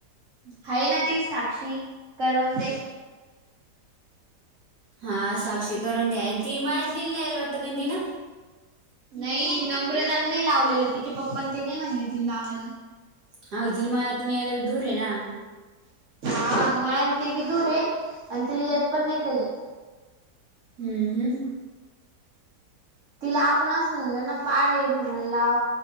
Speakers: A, on the right; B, on the right.
A: हाय ना ती साक्षी करवंदे.
B: हा साक्षी करवंदे आहे ना ती आणि ती मळ्यातलि जाला वाटतं का ती ना.
A: नाही नम्रता नाही लावलेलं तिचे पप्पा ते नाही म्हणले ति लावायला.
B: हाव तिला मळयांतून यायला पण दूर आहे ना.
A: हा मळ आणि ते बी दूर आहे. आणि तिला येत पण नाही काही.
B: हम्म हम्म.
A: तिला आपण अस म्हणल ना पाळे म्हणल लाव